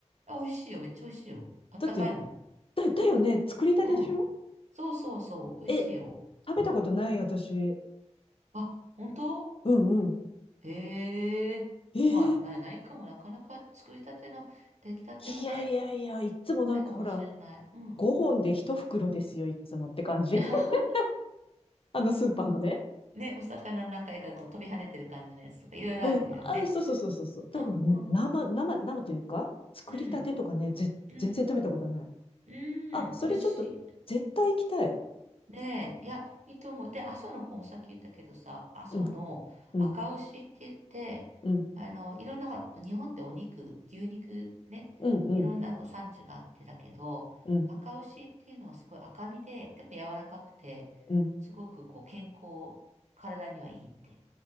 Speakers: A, on the right (about 80°); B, on the left (about 50°).
A: 美味しいよ、めっちゃ美味しいよ。あったかいも
B: だって、だ、だよね。作りたてでしょ
A: ん。うん。そうそうそう、美味しいよ。
B: え、食べたことない、私。
A: あ、本当
B: うんうん。
A: へえ。
B: ええ。
A: まあ、な、ないかも、なかなか作りたての、出来たてはね、
B: いやいやいや、いっつもなんかほら、
A: ないかもしれない。うん。
B: 5本で1袋ですよ、いっつもって感じ。
A: <laughs>
B: <laughs> あのスーパーのね。
A: ね、お魚の中からこう飛び跳ねてる感じのやつとか、いろいろあるよね。
B: うん。あ、そうそうそうそうそう。多分、
A: うんうん。
B: 生、生、生というか、作りたてとかね、
A: うん。
B: ぜ、
A: うん。
B: 全然食べたことない。
A: うん。
B: あ、それちょっと、
A: 美味しい。
B: 絶対行きたい。
A: ねえ、いや、いいと思う。で、阿蘇の方もさっき言ったけどさ、阿蘇の赤牛って言って、
B: うん、うん、うん、
A: あの、いろんな、ほら、日本ってお肉、牛肉ね、
B: うん、うん、
A: いろんな産地があってだけど、
B: うん、
A: 赤牛っていうのはすごい赤身で、でも柔らかくて、
B: うん。
A: すごくこう健康、体にはいいって。